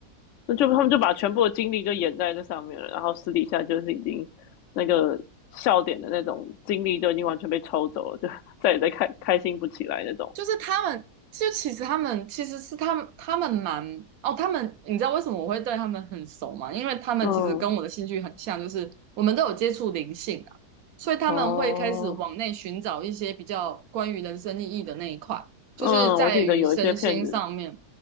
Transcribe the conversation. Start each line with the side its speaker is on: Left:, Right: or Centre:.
Left: 那就他们就把全部的精力就演在这上面了，然后私底下就是已经那个笑点的那种精力就已经完全被抽走了，就 <laughs> 再也在开开心不起来那种。
Right: 就是他们，就其实他们其实是他们，他们蛮哦，他们你知道为什么我会对他们很熟吗？因为他们其实跟我的兴趣很像，
Left: 嗯，
Right: 就是我们都有接触灵性啊，所以他们会开始往内寻找一些比较关于人生意义的那一块，
Left: 哦，
Right: 就是在于身心上面。
Left: 嗯，我记得有一些片子